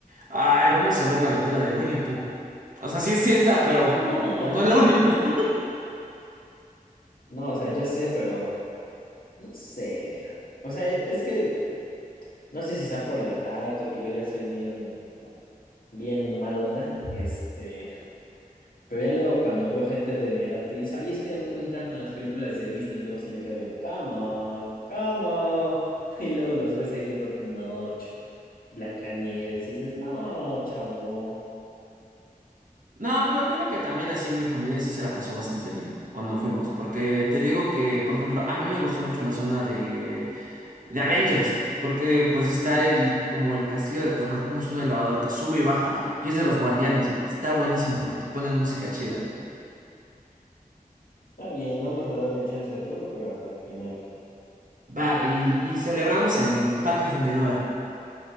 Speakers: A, on the right; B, on the left.
A: ay, vamos a ver la aventura de Winnie Pooh. O sea, sí, sí está, pero
B: <laughs>
A: no es lo único. <laughs>
B: No, o sea, yo sé, pero no sé. O sea, e- es que no sé si sea por la edad o que yo ya soy bien, bien mal onda. Este. Pero ya luego cuando veo gente de mi edad que dice, ay, es que a mí me encantan las películas de Disney, yo sí le quedo viendo, cama, cama. <laughs> Y luego los ves ahí viendo Pinocho, Blancanieves, y dices, no, chavo,
A: No, pero créeme que también así mi familia sí se la pasó bastante bien cuando fuimos, porque te digo que, por ejemplo, a mí me gustó mucho la zona de, de Avengers, porque pues está el como el castillo de terror, como suena el lavador que sube y baja, y es de los guardianes, güey. Está buenísimo porque te ponen música chida.
B: está bien, vamos a darle chance a todo, pero hasta el final.
A: Va, y, y celebramos en Parque Fundidora.